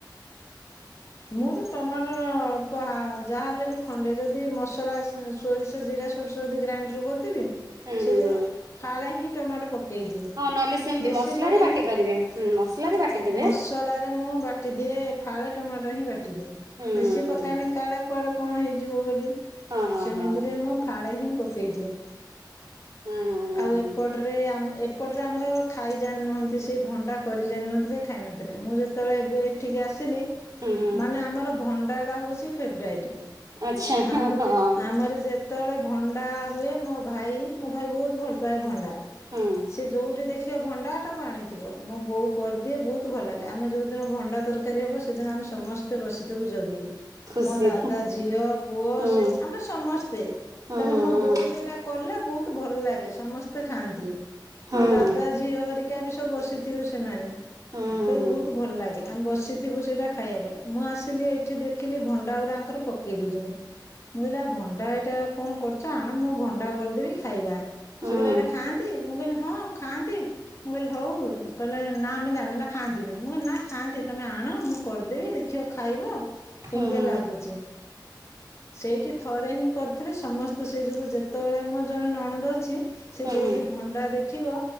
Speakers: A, on the left; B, on the right.
A: ମୁଁ ତ ଟମାଟର ଅଳ୍ପ ଯାହାହେଲେ ବି ଖଣ୍ଡେ ଯଦି ମସଲା ସୋରିଷ ଜିରା ଜିରା ସୋରିଷ ଯଦି ଗ୍ରାଇଣ୍ଡର କରିଥିବି
B: ହୁଁ
A: ସେ
B: ହୁଁ
A: ଯୋଉ
B: ହୁଁ
A: ଫଳେହିଁ ଟମାଟ ପକେଇବ। ପକେଇଦିଏ
B: ହଁ ନହେଲେ ସେମିତି
A: ବେଶୀ
B: ମସଲାରେ
A: ପକାନି
B: ବାଟି ପାରିବେ ହୁଁ ମସଲାରେ ବାଟିଦେବେ
A: ମସଲାରେ ମୁଁ ବାଟିଦି ସିଏ ଫାଳେ ଟମାଟୋ ହିଁ ବାଟିଦିଏ
B: ହୁଁ
A: ବେଶୀ
B: ହୁଁ ହୁଁ
A: ପକଏନି କାଳେ କୁଆଡେ କଣ ହେଇଯିବ ବୋଲି
B: ହଁ
A: ସେମିତିରେ
B: ହଁ
A: ମୁଁ ଫାଳେ ହିଁ ପକେଇଛି।
B: ହଁ ହୁଁ
A: ଆଉ
B: ହୁଁ ହୁଁ ହୁଁ
A: ଏପଟରେ ଆମ ଏ ଏପଟରେ ଆମର ଖାଇ ଜଣିନାହାନ୍ତି ସେ ଭଣ୍ଡା କରି ଜାନ ନଥିଲେ ଖାଇ ନଥିଲେ ମୁଁ ଯେତେବେଳେ ଏବେ ଏଠିକି ଆସି
B: ହୁଁ ହୁଁ
A: ମାନେ ଆମର ଭଣ୍ଡା ଟା ହଉଛି ଫେବ୍ରଇଟ
B: ଆଚ୍ଛା ହଁ
A: ଆମର
B: ହଁ
A: ଯେ ଆମର ଯେ ଯେତେବେଳେ ଭଣ୍ଡା ହୁଏ ମୋ ଭାଇ ମୋ ଭାଇ ବହୁତ ଭଲ ପାଏ ଭଣ୍ଡା
B: ହୁଁ
A: ସେି ଯୋଉଠି ଦେଖ ଭଣ୍ଡାଟାକୁ ଆଣିଥିବ ମୋ ବୋଉ କରିଦିଏ ବହୁତ ଭଲ ଲାଗେ ଆମେ ଯଉଦିନ ଭଣ୍ଡା ତରକାରୀ କାରୀ ହେବ ସେଦିନ ଆମେ ସମସ୍ତେ ବସିଥିବୁ ଜଗି।
B: ଖୁସି
A: ମୋ ଦାଦା ଝିଅ ପୁଅ
B: ହୁଁ
A: ସେ ଆମେ ସମସ୍ତେ
B: ହୁଁ
A: କାରଣ ମୋ ବୋଉ
B: ହୁଁ
A: ସେଇଟା କଲେ ବହୁତ ଭଲ ଲାଗେ ସମସ୍ତେ ଖାଆନ୍ତି
B: ହୁଁ
A: ମୋ ଦାଦା ଝିଅ ହରିକା ବି ସବୁ ବସିଥିବେ ସେମାନେ <inaudible>
B: ହୁଁ ହୁଁ
A: ବହୁତ ଭଲ ଲାଗେ ଆମେ ବସିଥିବୁ ସେଇଟା ଖାଇବା ପାଇଁ ମୁଁ ଆସିଲି ଏଇଠି ଦେଖିଲି ଭଣ୍ଡା ଗୁରା ଆଙ୍କର ପକେଇ ଦେଉଛନ୍ତି। ମୁଁ କହିଲା ଭଣ୍ଡା ଏଇଟା କଣ କରୁଛ ଆଣ ମୁଁ ଭଣ୍ଡା କରିଦେବି ଖାଇବା।
B: ହୁଁ
A: ସେ କହିଲେ ଏଇଟା ଖାଆନ୍ତି ମୁଁ କହିଲି ହଁ ଖାଆନ୍ତି ମୁଁ କହିଲି ହଉ କହିଲେ। ନା ଆମେ ଜାଣୀନୁ ଏଟା ଖାଆନ୍ତିନି ମୁଁ କହିଲି ନା ଖାଆନ୍ତି ତମେ ଆଣ ମୁଁ କରିଦେବି ଦେଖିବ ଖାଇବ।
B: ହୁଁ
A: କେମିତିଆ
B: ହୁଁ
A: ଲାଗୁଛି। ସେଇଠି ଥରେ ହିଁ କରିଥିଲେି ସମସ୍ତେ ସେଇ ଯୋଗୁ ଯେତେବେଳେ ମୋର ଜଣେ ନଣଦ ଅଛି ସେ
B: ହୁଁ
A: ଯୋଉଠି
B: ହୁଁ ହୁଁ ହୁଁ
A: ଭଣ୍ଡା ଦେଖିବ